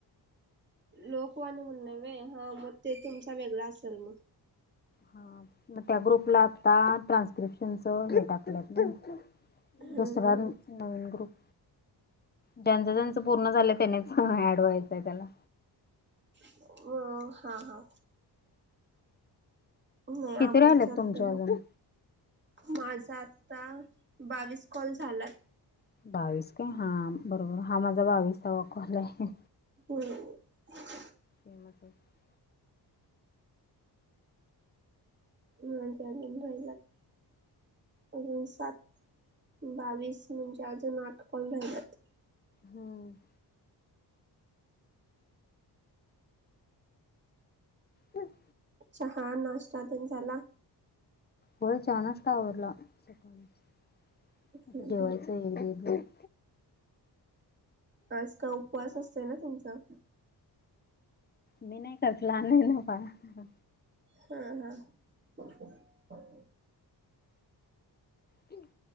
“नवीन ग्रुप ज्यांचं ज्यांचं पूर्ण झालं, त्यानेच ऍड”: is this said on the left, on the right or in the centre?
Left